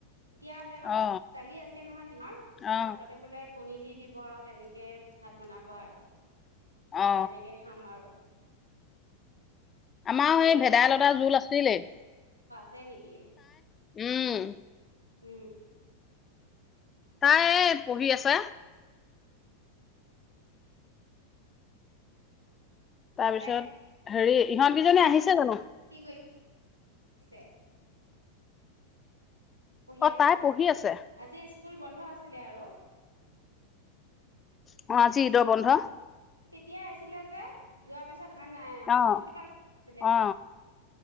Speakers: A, on the right; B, on the left.
A: এতিয়া বোলে ভাত
B: অ
A: দালি আছে নহয় দিনত য়া
B: অ
A: ভাততে বোলে কণী দি দিব আৰু তেনেকে ভাত বনাব আৰু
B: অ
A: তেনেকে খাম আৰু
B: আমাৰ সেই
A: এই
B: ভেদাইলতা
A: কি
B: জোল আছিলে
A: তে নেকি
B: উম
A: উম
B: তাই এ পঢ়ি আছে তাৰ পিছত
A: তাই
B: হেৰি! ইহঁতকিজনী আহিছে জানো?
A: কি কৰি ছে? পঢ়ি
B: অ
A: আছে,
B: তাই পঢ়ি আছে
A: আজি স্কুল বন্ধ আছিলে আৰু!
B: কোনো ধ্বনি পোৱা নগ'ল। <unintelligible> অঁ আজি ঈদৰ বন্ধ।
A: এতিয়া আহিছিলে যে যোৱাৰ পিছত। হা নাই আকৌ
B: অ
A: চুটি পা ছিলে।
B: অ